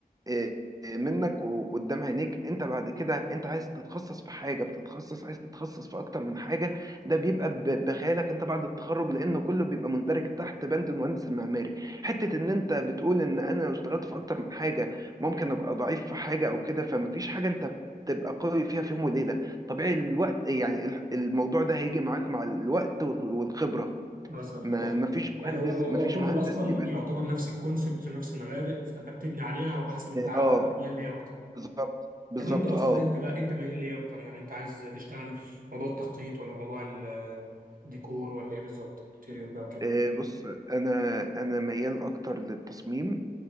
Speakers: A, on the right (about 25°); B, on the right (about 65°).
A: إيه، إيه، منك وقدام عينيك انت بعد كده انت عايز تتخصص في حاجه بتتخصص عايز تتخصص في اكتر من حاجه ده بيبقى ب- بخيالك انت بعد التخرج لان كله بيبقى مندرج تحت بند المهندس المعماري حته ان انت بتقول ان انا لو اشتغلت في اكتر من حاجه ممكن ابقى ضعيف في حاجه او كده فمفيش حاجه انت تبقى قوي فيها في يوم وليله طبيعي الوقت يعني الح- الموضوع ده هيجي معاك مع الوقت وال- والخبره
B: مثلا
A: ما
B: مثلا
A: مفيش
B: يعني
A: مهندس
B: هو الموضوع
A: مفيش
B: كله
A: مهندس
B: اصلا
A: بيبقى
B: يعتبر نفس الكونسبت ونفس المبادئ فانت بتبني عليها وحسب انت
A: اه
B: ميال ليه اكتر
A: بالظبط بالظبط
B: طب انت اصلا
A: اه
B: انت بقى انت ميال ليه اكتر يعني انت عايز تشتغل موضوع التخطيط ولا موضوع ال- الديكور ولا ايه بالظبط انتيريور بقى وكده
A: آه، بص انا انا ميال اكتر للتصميم